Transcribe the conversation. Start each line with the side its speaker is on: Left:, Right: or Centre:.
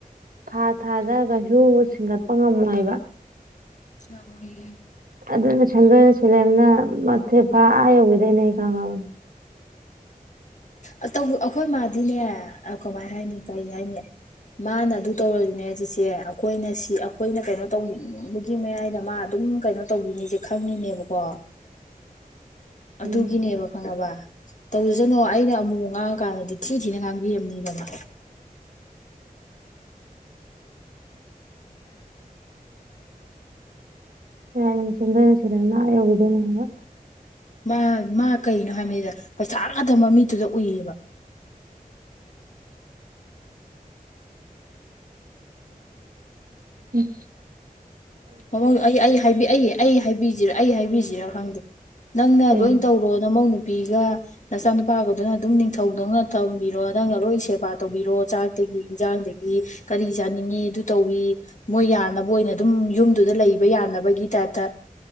Right: ꯊꯥ ꯊꯥꯗ ꯒꯩꯁꯨꯨ ꯁꯤꯡꯒꯠꯄ ꯉꯝꯃꯣꯏꯕ
Left: ꯉꯝꯃꯣꯏꯌꯦ
Right: ꯑꯗꯨꯅ ꯁꯦꯟꯗꯣꯏꯒ ꯁꯂꯦꯞꯅ ꯃꯊꯦ ꯐꯥ ꯑ ꯌꯧꯒꯤꯗꯣꯏꯅꯦ ꯑꯩ ꯈꯪꯉꯕꯅꯦ
Left: ꯑꯇꯧꯕ ꯑꯩꯈꯣꯏ ꯃꯥꯗꯤꯅꯦ ꯑꯥ ꯀꯃꯥꯏ ꯍꯥꯏꯅꯤ ꯀꯔꯤ ꯍꯥꯏꯅꯤ ꯃꯥꯅ ꯑꯗꯨ ꯇꯧꯔꯁꯨꯅꯦ ꯆꯤꯆꯦ ꯑꯈꯣꯏꯅ ꯁꯤ ꯑꯈꯣꯏꯅ ꯀꯩꯅꯣ ꯇꯧꯅꯤꯡꯕꯒꯤ ꯃꯌꯥꯏꯗ ꯃꯥ ꯑꯗꯨꯝ ꯀꯩꯅꯣ ꯇꯧꯗꯣꯏꯅꯤꯖꯦ ꯈꯪꯉꯤꯅꯦꯕꯀꯣ ꯑꯗꯨꯒꯤꯅꯦꯕ
Right: ꯎꯝ
Left: ꯈꯪꯉꯥꯕ ꯇꯧꯖꯖꯥꯅꯣ ꯑꯩꯅ ꯑꯃꯨꯛ ꯃꯨꯛ ꯉꯥꯡꯉꯀꯥꯟꯗꯗꯤ ꯊꯤ ꯊꯤꯅ ꯉꯥꯡꯕꯤꯔꯝꯅꯤꯕ ꯃꯥ
Right: ꯎꯝ ꯁꯦꯟꯗꯣꯏꯅ ꯁꯦꯂꯦꯞꯅ ꯑ ꯌꯧꯒꯤꯗꯣꯏꯅꯦ ꯃꯥ
Left: ꯃꯥ ꯃꯥ ꯀꯩꯅꯣ ꯍꯥꯏꯕꯅꯤꯗ ꯄꯩꯁꯥ ꯉꯥꯛꯇ ꯃꯃꯤꯠꯇꯨꯗ ꯎꯏ ꯑꯕ
Right: ꯍꯨꯝ
Left: ꯃꯃꯧꯗ ꯑꯩ ꯑꯩ ꯍꯥꯏꯕꯤ ꯑꯩ ꯑꯩ ꯍꯥꯏꯕꯤ ꯖꯤꯔꯥ ꯑꯩ ꯍꯥꯏꯕꯤꯖꯤꯔꯥ ꯈꯪꯗꯦ ꯅꯪꯅ
Right: ꯀꯩ
Left: ꯂꯣꯏ ꯇꯧꯔꯣ ꯅꯃꯧ ꯅꯨꯄꯤꯒ ꯅꯆꯥꯅꯨꯄꯥꯒꯗꯨꯅ ꯑꯗꯨꯝ ꯅꯤꯡꯊꯧꯗꯧꯅ ꯊꯝꯕꯤꯔꯣ ꯅꯪꯅ ꯂꯣꯏ ꯁꯦꯕꯥ ꯇꯧꯕꯤꯔꯣ ꯆꯥꯛ ꯇꯒꯤ ꯏꯟꯖꯥꯡꯗꯒꯤ ꯀꯔꯤ ꯆꯥꯅꯤꯡꯉꯤ ꯑꯗꯨ ꯇꯧꯋꯤ ꯃꯣꯏ ꯌꯥꯅꯕ ꯑꯣꯏꯅ ꯑꯗꯨꯝ ꯌꯨꯝ ꯑꯗꯨꯗ ꯂꯩꯕ ꯌꯥꯅꯕꯒꯤ ꯇꯥꯏꯞꯇ